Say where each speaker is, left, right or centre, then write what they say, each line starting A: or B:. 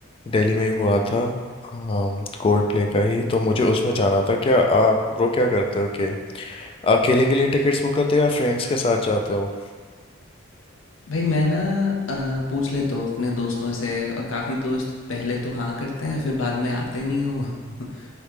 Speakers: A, on the left (about 30°); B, on the left (about 75°).
A: दिल्ली में ही हुआ था कोल्ड प्ले का ही तो मुझे उसमें जाना था क्या आप ब्रो क्या करते हो कि अकेले के लिए टिकट्स बुक करते हो या फ्रेंड्स के साथ जाते हो
B: भाई मैं ना अ, पूछ लेता हूँ अपने दोस्तों से और काफ़ी दोस्त पहले तो हाँ करते हैं फिर बाद में आते नहीं हैं वो <laughs>